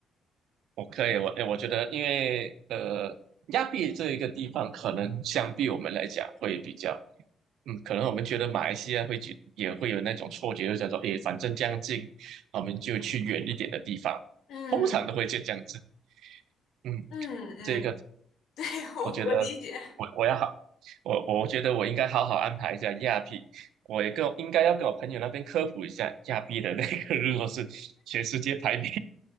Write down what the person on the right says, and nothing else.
我可以，我我觉得，因为呃，亚庇这一个地方，可能相比我们来讲会比较，嗯，可能我们觉得马来西亚会去，也会有那种错觉，就想说，诶，反正将近，我们就去远一点的地方，
通常都会就这样子，嗯。
这个
我觉得我我要好，我我觉得我应该好好安排一下亚庇，我也跟我应该要跟我朋友那边科普一下亚庇的那个，<laughs> 如果是全世界排名，